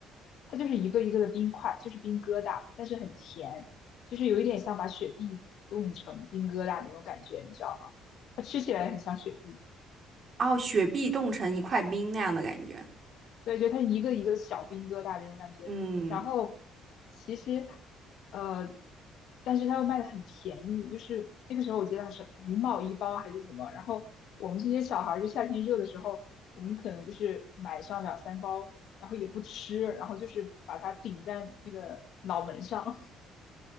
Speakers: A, on the left; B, on the right.
A: 它就是一个一个的冰块，就是冰疙瘩，但是很甜，就是有一点像把雪碧冻成冰疙瘩那种感觉，你知道吗？它吃起来很像雪碧。
B: 哦，雪碧冻成一块冰那样的感觉。
A: 对，就它一个一个的小冰疙瘩那种感觉。
B: 嗯，
A: 然后其实，呃，但是它又卖的很便宜，就是那个时候我记得还是五毛一包还是怎么。然后我们这些小孩儿就夏天热的时候，我们可能就是买上两三包，然后也不吃，然后就是把它顶在那个脑门上。<laughs>